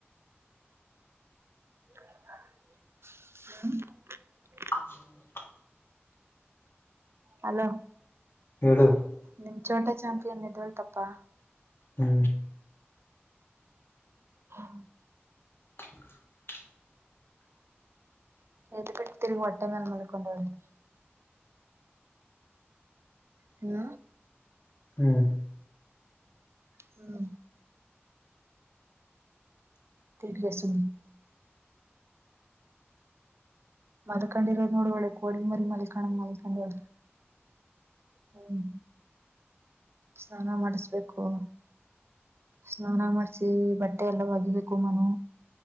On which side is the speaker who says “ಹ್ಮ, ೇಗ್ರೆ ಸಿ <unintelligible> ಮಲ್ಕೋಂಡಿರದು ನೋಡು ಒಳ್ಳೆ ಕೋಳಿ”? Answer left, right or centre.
Right